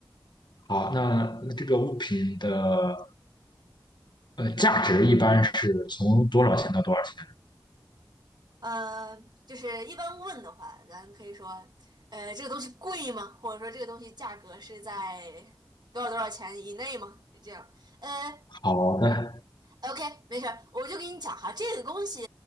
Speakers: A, on the left; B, on the right.
A: 好，那那这个物品的呃，价值一般是从多少钱到多少钱？
B: 呃，就是一般问的话，咱可以说，呃，这个东西贵吗？或者说这个东西价格是在多少多少钱以内吗？就这样，呃
A: 好的，
B: ，OK，没事儿，我就给你讲哈，这个东西，